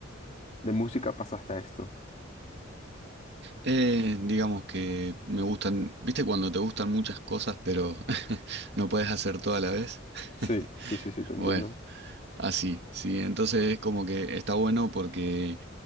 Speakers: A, on the left; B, on the right.
A: de música pasaste a esto?
B: Eh, digamos que me gustan, viste cuando te gustan muchas cosas, pero <laughs> no puedes hacer todo a la vez.
A: Sí,
B: <laughs>
A: sí, sí, sí, te entiendo.
B: Bueno, así, sí. Entonces es como que está bueno porque